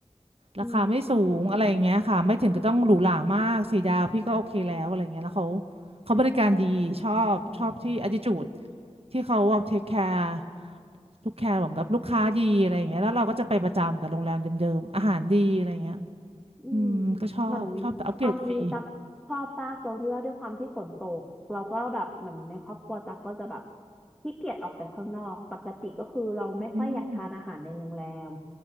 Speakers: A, in the centre; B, on the right.
A: อืม
B: ราคาไม่สูงอะไรอย่างเงี้ยค่ะไม่ถึงก็ต้องหรูหรามากสี่ดาวพี่ก็โอเคแล้วอะไรเงี้ยแล้วเขาเขาบริการดีชอบชอบที่
A: อืม
B: attitude ที่เขาว่า take care ลูกแคร์ของกับลูกค้าดีอะไรอย่างเงี้ยแล้วเราก็จะไปประจำกับโรงแรมเดิมๆอาหารดีอะไรเงี้ย
A: อืม
B: อืมก็ชอบชอบอัปเกรดฟรี
A: เหมือนครั้งนี้ตักชอบมากตรงที่ว่าด้วยความที่ฝนตกเราก็แบบเหมือนในครอบครัวตักก็จะแบบขี้เกียจออกไปข้างนอกปกติก็คือเราไม่ค่อยอยากทานอาหารในโรงแรม
B: <laughs> อืม